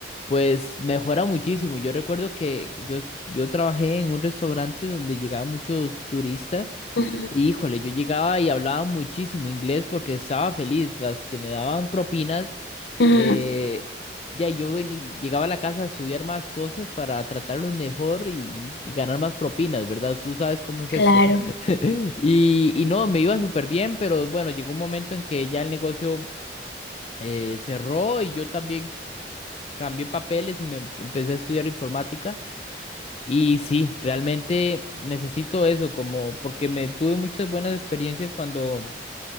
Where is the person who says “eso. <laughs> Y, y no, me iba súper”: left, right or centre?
Left